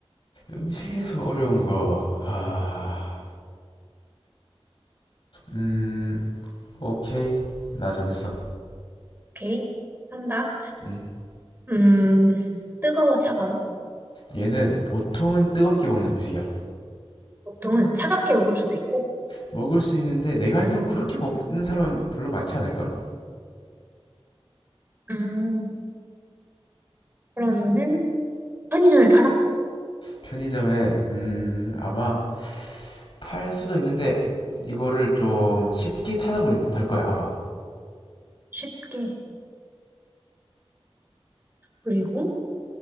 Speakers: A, on the left; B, on the right.
A: 음식에서 어려운 거. 아. 음, 오케이. 나 정했어.
B: 오케이. 산다.
A: 음.
B: 음, 뜨거워, 차가워?
A: 얘는 보통은 뜨겁게 먹는 음식이야.
B: 보통은 차갑게 먹을 수도 있고.
A: 먹을 수 있는데 내가 알기로는 그렇게 먹는 사람은 별로 많지 않을걸?
B: 음, 그러면은 편의점에 팔아?
A: 편의점에 음, 아마 팔 수도 있는데 이거를 좀 쉽게 찾아보지 못할 거야, 아마.
B: 쉽게. 그리고,